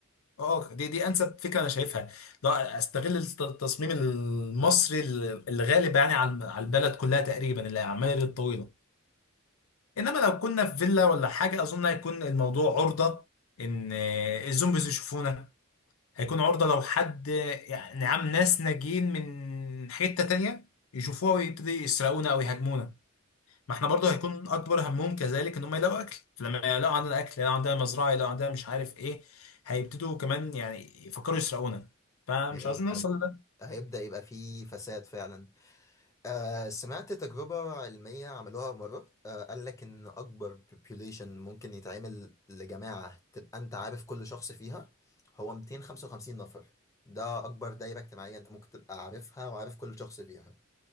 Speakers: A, on the left; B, on the left.
A: اه دي دي انسب فكره انا شايفها لا استغل الت- التصميم المصري اللي غالب يعني على على البلد كلها تقريبا العماير الطويله انما لو كنا في فيلا ولا حاجه اظن هيكون الموضوع عرضه ان آه، الزومبيز يشوفونا هيكون عرضه لو حد آه، يعني عام ناس ناجين من حته تانية يشوفوها ويبتدي يسرقونا او يهاجمونا ما احنا برضو هيكون اكبر همهم كذلك ان هم يلاقوا اكل لما يلاقوا عندنا اكل يلاقوا عندنا مزرعه يلاقوا عندنا مش عارف ايه هيبتدوا كمان يعني يفكروا يسرقونا فمش
B: هيبقى
A: عاوزين نوصل لده
B: هيبدأ يبقى فيه فساد فعلا آه سمعت تجربة علمية عملوها مرة آه قال لك إن أكبر population ممكن يتعمل لجماعة تبقى أنت عارف كل شخص فيها هو 255 نفر ده أكبر دايرة اجتماعية أنت ممكن تبقى عارفها وعارف كل شخص فيها